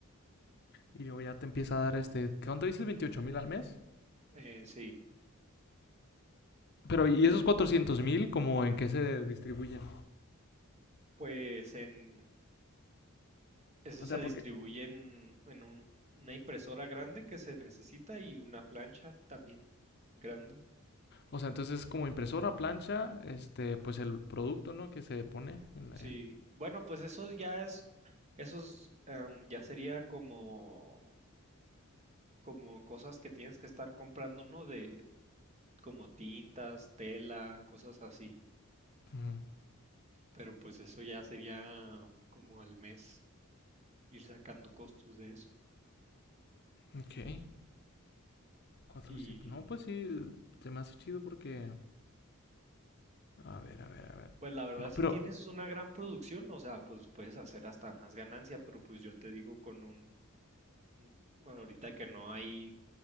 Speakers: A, on the left (about 50°); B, on the right (about 30°).
A: Y luego ya te empieza a dar este... ¿Cuánto dices? veintiocho mil al mes?
B: Eh, sí,
A: Pero, ¿y esos cuatrocientos mil como en qué se distribuyen?
B: pues en eso
A: O
B: se
A: sea,
B: distribuye
A: porque
B: en, en un- una impresora grande que se necesita y una plancha también grande.
A: O sea, entonces es como impresora, plancha, este, pues el producto, ¿no? Que se pone en la...
B: Sí, bueno, pues eso ya es, esos em, ya sería como, como cosas que tienes que estar comprando, ¿no? De como tintas, tela, cosas así.
A: Ujú,
B: Pero pues eso ya sería como al mes ir sacando costos de eso.
A: ok. 400.
B: Y
A: No, pues sí, se me hace chido porque... A ver, a ver, a ver.
B: Pues la verdad,
A: No,
B: si
A: pero...
B: tienes una gran producción, o sea, pues puedes hacer hasta más ganancia, pero pues yo te digo con un, un- bueno, ahorita que no hay,